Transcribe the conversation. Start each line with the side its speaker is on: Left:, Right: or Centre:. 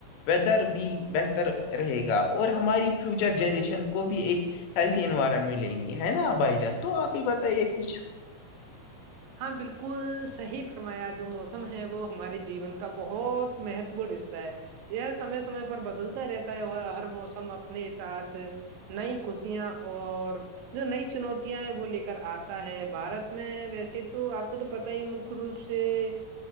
Left: ویدر بھی بہتر رہے گا اور ہماری فیوچر جنریشن کو بھی ایک ہیلدی انورا ملے گی ہے نا بھائی جان تو آپ بھی بتائیے کچھ
Right: ہاں بالکل صحیح فرمایا جو موسم ہے وہ ہمارے جیون کا بہت مہتوپورن حصہ ہے یار سمے سمے پر بدلتا رہتا ہے ہر موسم اپنے ساتھ نئی خوشیاں اور جو نئی چنوتیاں ہیں وہ لے کر آتا ہے بھارت میں ویسے تو تو آپ کو تو پتہ ہی مک روپ سے